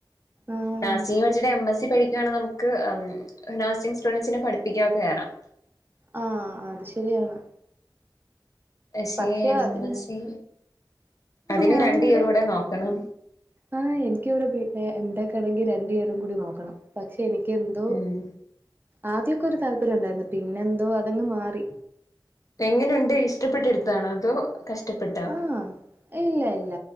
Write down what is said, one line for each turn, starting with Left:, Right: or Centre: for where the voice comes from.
Right: ആഹ്
Left: നാഴ്സിങ് പഠിച്ചിട്ട് എം എസ് സി പഠിക്ക ക്കുകയണെങ്കനമുക്ക് നഴ്സി സ്റ്റുഡൻസിനെ പഠിപ്പിക്കുകയൊക്കെ കേയറാം
Right: ആഹ അത് ശരിയാണ്
Left: പക്ഷേ
Right: പക്ഷെ
Left: എം
Right: അത്
Left: എസ് സി അതിന്
Right: ഞാനിവിടെ
Left: രണ്ട് ഇയർ കൂടെ നോക്കണം
Right: ആ എനിക്ക്ിവിടെ ക്കാണെങ്കി രണ്ടു നേരംകൂടി നോക്കണം പക്ഷെ എനിക്ക് എന്തോ
Left: ഉം
Right: ആദ്യമൊക്കെ ഒരു താല്പര്യം ഉണ്ടായിരുന്നു പിന്നെന്തോ അതങ് മാറി
Left: എങ്ങനെയുണ്ട് ഇഷ്ടപ്പെട്ടെടുത്താണോ അതോ കഷ്ടപ്പെട്ടോ
Right: ആഹ ഇല്ല ഇല്ല